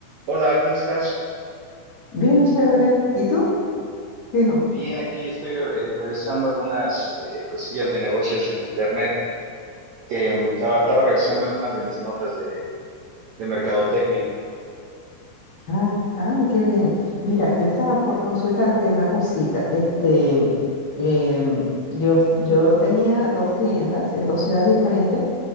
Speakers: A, on the right; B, on the left.
A: Hola, ¿cómo estás?
B: Bien chévere. ¿Y tú? Fino.
A: Bien, aquí estoy eh, revisando algunas eh, cosillas de negocios en internet. Em, estaba, estaba revisando algunas de mis notas de, de mercadotecnia.
B: Ah, ay, qué bien. Mira, yo estaba por consultarte una cosita. Este, em, yo, yo tenía dos tiendas en dos ciudades diferentes